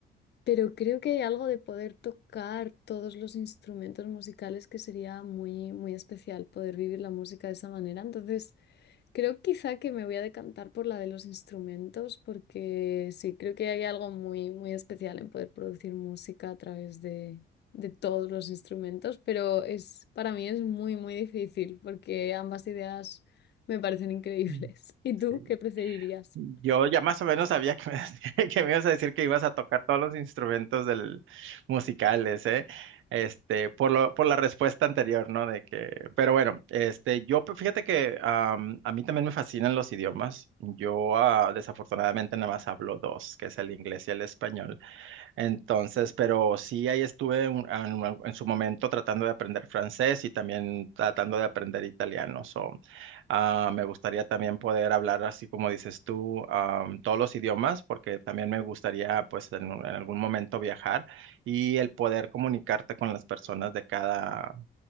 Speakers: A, on the left (about 60°); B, on the right (about 80°).
A: Pero creo que hay algo de poder tocar todos los instrumentos musicales que sería muy, muy especial poder vivir la música de esa manera. Entonces, creo quizá que me voy a decantar por la de los instrumentos porque sí, creo que hay algo muy, muy especial en poder producir música a través de, de todos los instrumentos, pero es, para mí es muy, muy difícil porque ambas ideas me parecen increíbles.
B: Mm.
A: <laughs> ¿Y tú
B: Sí.
A: qué preferirías?
B: Yo ya más o menos sabía que me, <laughs> que me ibas a decir que ibas a tocar todos los instrumentos del, musicales, ¿eh? Este, por lo, por la respuesta anterior, ¿no? De que, pero bueno, este, yo pues, fíjate que am, a mí también me fascinan los idiomas. Yo ah, desafortunadamente nada más hablo dos, que es el inglés y el español. Entonces, pero sí, ahí estuve un- ah, en, un- en su momento tratando de aprender francés y también tratando de aprender italiano. So, ah, me gustaría también poder hablar, así como dices tú, am, todos los idiomas, porque también me gustaría, pues, en, un- en algún momento viajar y el poder comunicarte con las personas de cada,